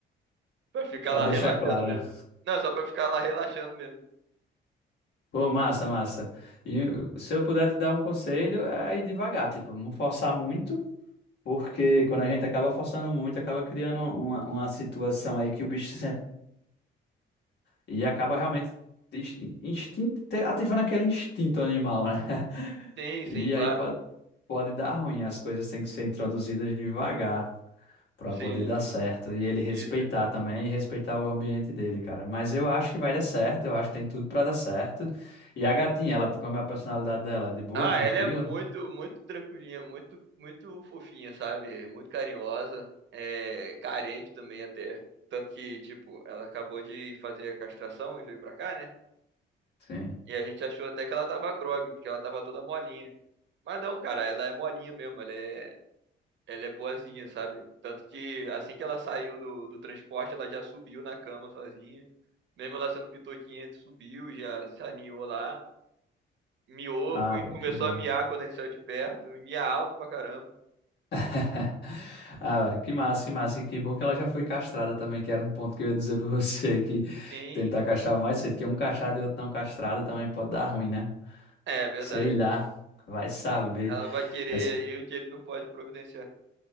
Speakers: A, on the right; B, on the left.
A: pra ficar
B: Pra
A: lá
B: deixar
A: relaxando
B: claro,
A: mesmo.
B: né?
A: Não, só pra ficar lá relaxando mesmo.
B: Pô, massa, massa. E se eu puder te dar um conselho, é ir devagar, tipo, não forçar muito, porque quando a gente acaba forçando muito, acaba criando uma, uma situação aí que o bicho se sente e acaba realmente ins- instinto, te- ativando aquele instinto animal, né? <laughs>
A: Sim, sim,
B: E
A: claro.
B: aí pode, pode dar ruim, as coisas têm que ser introduzidas devagar. para poder
A: Sim,
B: dar certo. E ele respeitar
A: isso, isso.
B: também e respeitar o ambiente dele, cara. Mas eu acho que vai dar certo, eu acho que tem tudo para dar certo. E a gatinha, ela, como é a personalidade dela? É De boa,
A: Ah,
B: tranquila?
A: ela é muito, muito tranquilinha, muito, muito fofinha, sabe? Muito carinhosa, é carente também até. Tanto que, tipo, ela acabou de fazer a castração e veio pra cá, né?
B: Sim.
A: E a gente achou até que ela tava grogue, porque ela tava toda molinha. Mas não, cara, ela é molinha mesmo, ela é, ela é boazinha, sabe? Tanto que assim que ela saiu do, do transporte, ela já subiu na cama sozinha. Mesmo ela sendo pitoquinha, subiu, já se aninhou lá, miou
B: Ah,
A: e
B: ba-
A: começou
B: que bom.
A: a miar quando a gente saiu de perto, e mia alto pra caramba.
B: <laughs> Ah, mano, que massa, que massa. E que bom que ela já foi castrada também, que era um ponto que eu ia dizer pra <laughs> você, que
A: Sim,
B: tentar castrar o mais cedo, que um castrado e outro não castrado também pode dar ruim, né?
A: é verdade.
B: Sei lá, vai saber.
A: Ela vai querer
B: Mas
A: aí o que ele não pode providenciar.